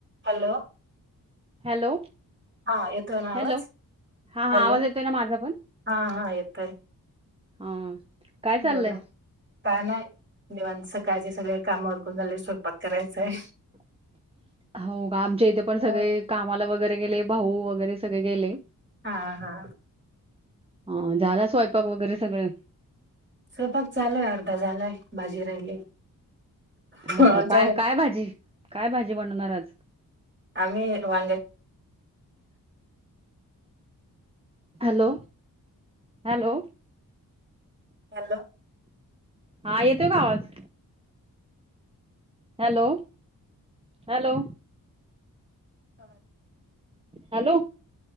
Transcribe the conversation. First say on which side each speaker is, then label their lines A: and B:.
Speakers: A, on the right (about 30°); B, on the right (about 15°).
A: Hello
B: hello
A: हा येतोय ना
B: हॅलो
A: आवाज
B: हा हा
A: हॅलो
B: आवाज येतोय ना माझा पण
A: हा हा येतोय
B: हा काय चाललंय
A: बोला काय नाही निवांत सकाळचे सगळे काम उरकून झाले स्वयंपाक करायचाय.
B: <inaudible> हो आमच्या इथे पण सगळे
A: अ,
B: कामाला वगैरे गेले भाऊ वगैरे सगळे गेले
A: हा हा
B: ह झाला स्वयंपाक वगैरे सगळं
A: स्वयंपाक चालूय अर्धा झालंय भाजी राहिली
B: हो
A: आमच्याकडे
B: का काय काय भाजी काय भाजी बनवणार आज
A: आम्ही वांग्याचे
B: हॅलो हॅलो
A: हॅलो
B: हा येतो का आवाज? हॅलो हॅलो
A: हो
B: हॅलो,